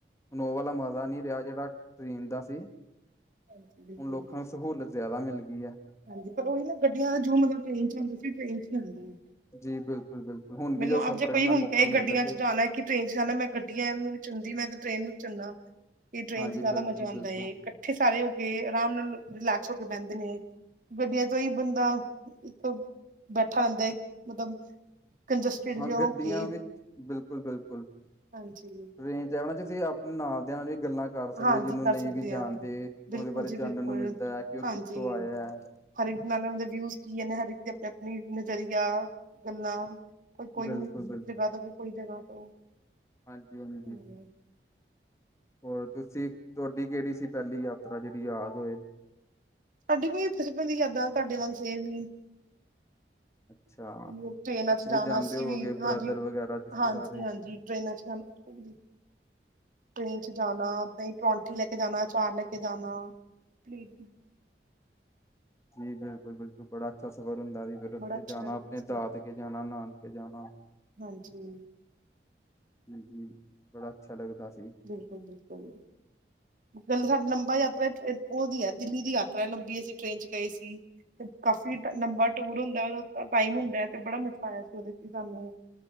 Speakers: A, on the left; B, on the right.
A: ਇਨੋਵਾ ਵਾਲਾ ਮਜ਼ਾ ਨਹੀਂ ਰਿਹਾ ਜਿਹੜਾ ਟਰੈਨ ਦਾ ਸੀ
B: ਹਾਂਜੀ ਬਿਲਕੁਲ
A: ਹੁਣ ਲੋਕਾਂ
B: ਬਿਲਕੁਲ
A: ਨੂੰ ਸਹੂਲਤ ਜ਼ਿਆਦਾ ਮਿਲ ਗਈ ਹੈ
B: ਹਾਂਜੀ ਪਰ ਉਹੀ ਨਾ ਗੱਡੀਆਂ ਦਾ ਜੋ ਮਤਲਬ ਟ੍ਰੇਨ ਚ ਆਂਦਾ ਸੀ ਉਹ ਟ੍ਰੇਨ ਚ ਹੀ ਆਉਂਦਾ ਹੈ
A: ਜੀ ਬਿਲਕੁ ਬਿਲਕੁਲ ਹੁਣ ਵੀ
B: ਮੈਨੂੰ
A: ਜੋ ਸਫ਼ਰ
B: ਆਪੱ ਜੇ ਕੋਈ
A: ਕਰਨ ਦਾ
B: ਹੁਣ
A: ਮੌਕਾ
B: ਕ ਗੱਡੀਆਂ
A: ਮਿਲਦਾ ਤੇ
B: ਚ ਜਾਣਾ ਕਿ ਟ੍ਰੇਨ ਚ ਜਾਣਾ ਮੈਂ ਗੱਡੀਆਂ ਨੂੰ ਨ ਚੁੰਦੀ ਮੈਂ ਟ੍ਰੇਨ ਨੂੰ ਚੁਨਾ ਕਿ ਟ੍ਰੇਨ
A: ਹਾਂਜੀ
B: ਚ ਜ਼ਿਆਦਾ
A: ਬਿਲਕੁਲ
B: ਮਜ਼ਾ ਆਉਂਦਾ
A: ਬਿਲਕੁਲ
B: ਹੈਏ ਇਕੱਠੇ ਸਾਰੇ ਹੋ ਕੇ ਆਰਾਮ ਨਾਲ ਰਿਲੈਕਸ ਹੋ ਕੇ ਬਹਿੰਦੇ ਨੇ ਗੱਡੀਆਂ ਤੋਂ ਹੀ ਬੰਦਾ ਇੱਕ ਬੈਠਾ ਰਹਿੰਦਾ ਹੈ ਮਤਲਬ ਕੰਜਸਟਿਡ
A: ਹਾਂ
B: ਜਿਹਾ ਹੋ
A: ਗੱਡੀਆਂ
B: ਕੇ
A: ਵਿੱਚ ਬਿਲਕੁਲ ਬਿਲਕੁਲ ਟ੍ਰੈਨ
B: ਹਾਂਜੀ।
A: ਤੇਰਾ ਨਾਂ ਜਚੀ ਆਪਣੇ ਨਾਲ ਦਿਯਾਂ ਦੀ ਗੱਲਾਂ ਕਰ ਸਕਦੇ
B: ਹਾਂਜੀ
A: ਹੋ ਜਿਹਨੂੰ
B: ਕਰ
A: ਨਹੀਂ
B: ਸਕਦੇ
A: ਵੀ ਜਾਣਦੇ
B: ਹਾਂ ਬਿਲਕੁਲ
A: ਉਹਦੇ ਬਾਰੇ
B: ਜੀ
A: ਜਾਣਨ
B: ਬਿਲਕੁਲ।
A: ਨੂੰ ਮਿਲਦਾ ਹੈ ਕਿ ਉਹ
B: ਹਾਂਜੀ
A: ਕਿੱਥੋਂ ਆਇਆ ਹੈ
B: ਹਰ ਇੱਕ ਨਾਲ ਉਹ ਦੇ ਵਿਊ ਕੀ ਨੇ ਹਰ ਇੱਕ ਦੇ ਆਪਣੇ ਆਪਣੇ ਨਜ਼ਰੀਆ ਗੱਲਾਂ ਕੋ ਕੋਈ
A: ਬਿਲਕੁਲ
B: ਜਗ੍ਹਾ ਤੋਂ ਕੋਈ ਜਗ੍ਹਾ ਤੋਂ
A: ਹਾਂਜੀ-ਹਾਂਜੀ
B: ਹੂੰ
A: ਹੋਰ ਤੁਸੀਂ ਤੁਹਾਡੀ ਕਿਹੜੀ ਸੀ ਪਹਿਲੀ ਯਾਤਰਾ ਜਿਹੜੀ ਯਾਦ ਹੋਏ
B: ਤੁਹਾਡੀ ਵ ਦੀ ਯਾਦਾਂ ਤੁਹਾਡੇ ਵਾਗ ਸੇਮ ਈ
A: ਅੱਛਾ
B: ਉਹ ਟ੍ਰੇਨਾਂ
A: ਤੁਸੀਂ
B: ਚ ਜਾਣਾ
A: ਵੀ ਜਾਣਦੇ
B: ਅਸੀਂ
A: ਹੋਵੋਗੇ
B: ਵੀ ਹਾਂਜੀ-ਹਾਂਜੀ-ਹਾਂਜੀ
A: ਬ੍ਰਦਰ ਵਗੈਰਾ ਤੁਸੀਂ ਸਾਰੇ
B: ਟ੍ਰੇਨਾਂ ਚ ਜਾਣਾ ਸਕੂਲ ਵੀ ਟ੍ਰੇਨ ਚ ਜਾਣਾ ਦਹੀਂ ਪਰੋਂਠੀ ਲੈਕੇ ਜਾਣਾ ਆਚਾਰ ਲੈਕੇ ਜਾਣਾ ਹਮ
A: ਜੀ ਬਿਲਕੁਲ ਬਿਲਕੁਲ ਬੜਾ ਅੱਛਾ ਸਫ਼ਰ ਹੁੰਦਾ ਸੀ ਫਿਰ ਉੱਥੇ
B: ਬੜਾ ਅੱਛਾ
A: ਜਾਣਾ
B: ਲੱਗਦਾ
A: ਆਪਣੇ
B: ਸੀ
A: ਦਾਦ ਕੇ ਜਾਣਾ ਨਾਨਕੇ ਜਾਣਾ
B: ਹਾਂਜੀ
A: ਹਾਂਜੀ ਬੜਾ ਅੱਛਾ ਲੱਗਦਾ ਸੀ
B: ਬਿਲਕੁਲ-ਬਿਲਕਲ ਹ ਗਲ ਸਾਡੀ ਲੰਬਾ ਯਾਤਰਾ ਉਹਦੀ ਹੈ ਦਿੱਲੀ ਦੀ ਯਾਤਰਾ ਲੰਬੀ ਅਸੀਂ ਟ੍ਰੇਨ ਚ ਗਏ ਸੀ ਤੇ ਕਾਫੀ ਲੰਬਾ ਟੂਰ ਹੁੰਦਾ ਉਹਦੇ ਟਾਈਮ ਹੁੰਦਾ ਹੈ ਤੇ ਬੜਾ ਮਜ਼ਾ ਆਇਆ ਸੀ ਉਹਦੇ ਚ ਸਾਨੂੰ